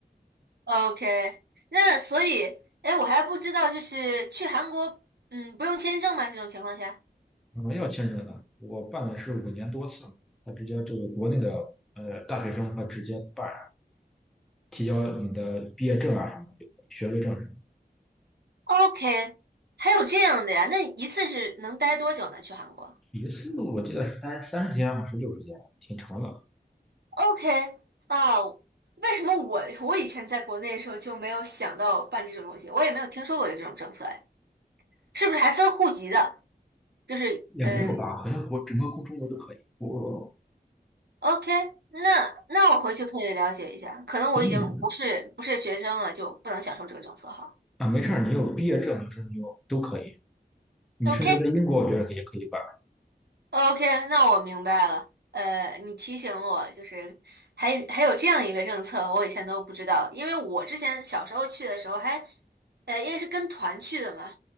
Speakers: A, on the right; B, in the centre.
A: OK，那所以，哎，我还不知道，就是去韩国，嗯，不用签证吗？这种情况下
B: 嗯，要签证的，我办的是五年多次嘛他直接这个国内的呃大学生，他直接办提交你的毕业证啊什么的，学位证什么的。
A: ，OK，还有这样的呀？那一次是能待多久呢？去韩国
B: 一次我记得是三三十天还是六十天，挺长的，
A: ？OK，啊，为什么我我以前在国内的时候就没有想到办这种东西？我也没有听说过有这种政策，哎，是不是还分户籍的？就是，
B: 也没有吧，
A: 嗯
B: 好像国整个中国都可以。我。
A: ，OK，那那我回去可以了解一下，可能我已经不是不是学生了，
B: 给你
A: 就不能享受这个政策哈。
B: 啊，没事儿，你有毕业证，就是你有都可以。你甚至在英国，
A: OK，
B: 我觉得可以可以办
A: OK，那我明白了。呃，你提醒我，就是还还有这样一个政策，我以前都不知道。因为我之前小时候去的时候还，呃，因为是跟团去的嘛，